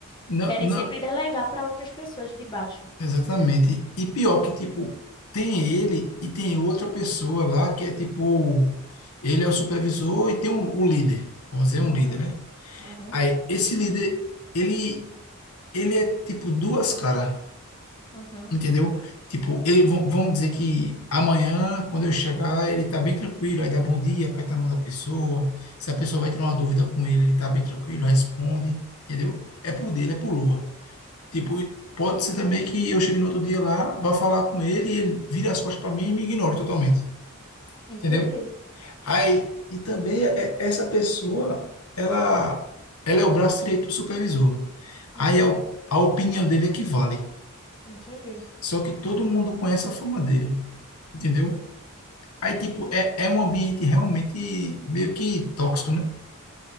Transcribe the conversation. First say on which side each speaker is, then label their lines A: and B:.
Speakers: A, on the left; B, on the left.
A: Não,
B: Querem
A: não,
B: sempre delegar para outras pessoas de baixo.
A: exatamente. E pior que, tipo, tem ele e tem outra pessoa lá que é, tipo, ele é o supervisor e tem um, o líder, vamos dizer,
B: Uhum,
A: um líder, né?
B: uhum,
A: Aí, esse líder, ele, ele é, tipo, duas caras.
B: uhum,
A: Entendeu? Tipo, ele, vão, vão dizer que amanhã, quando eu chegar, ele tá bem tranquilo. Aí dá bom dia, aperta a mão da pessoa. Se a pessoa vai ter uma dúvida com ele, ele tá bem tranquilo, responde. Entendeu? É por dele,
B: uhum,
A: é por Lua. Tipo,
B: uhum.
A: e pode ser também que eu chegue no outro dia lá, vá falar com ele e ele vire as costas para mim e me ignore totalmente.
B: Entendi,
A: Entendeu? Aí, e também é- é, essa pessoa, ela, ela é o braço direito do supervisor.
B: entendi.
A: Aí a, o- a opinião dele é que vale.
B: Entendi,
A: Só que todo mundo conhece a fama dele entendeu? Aí, tipo,
B: entendi.
A: é, é um ambiente realmente meio que tóxico, né?